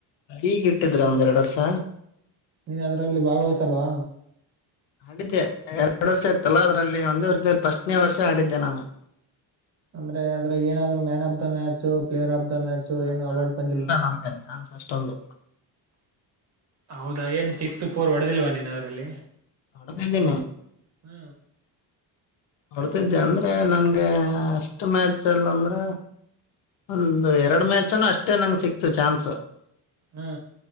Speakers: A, on the left; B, on the right.
A: ಈಗ ಇಟ್ಟಿದ್ರ ಒಂದ್ ಎರಡು ವರ್ಷಾ
B: ನೀನ್ ಅದರಲ್ಲಿ ಭಾಗವಹಿಸಲ್ವಾ
A: ಆಡಿದ್ದೆ ಎರಡ್ ವರ್ಷ ಆತ್ತಲ್ಲ ಅದ್ರಲ್ಲಿ ಒಂದ ವರ್ಷ ಪಸ್ಟನೇ ವರ್ಷ ಆಡಿದ್ದೆ ನಾನು
B: ಅಂದ್ರೆ ಅದರಾಗ ಏನಾದ್ರು man of the match player of the match
A: ಆತರ
B: ಏನ್ ಅವಾರ್ಡ್
A: ಸಿಗ್ಲಿಲ್ಲ
B: ಬಂದಿಲವಾ
A: ನನ್ಗೆ ಚಾನ್ಸ್ ಅಷ್ಟ ಅವಂದು
B: ಹೌದಾ ಏನ್ ಸಿಕ್ಸ್ ಫೋರ್ ಹೋಡಿದಿಲ್ವಾ ನೀನ್ ಅದ್ರಲ್ಲಿ
A: ಹೋಡದ್ದಿನಿ
B: ಹ್
A: ಹೊಡ್ತಿದ್ದೆ ಅಂದ್ರೆ ನನ್ಗೆ ಅಷ್ಟ ಮ್ಯಾಚ್ ನಲ್ಲಿ ಅಂದ್ರೇ ಒಂದು ಎರಡು ಮ್ಯಾಚನು ಅಷ್ಟೇ ನನಗ ಸಿಕ್ತು ಚಾನ್ಸ್
B: ಹ್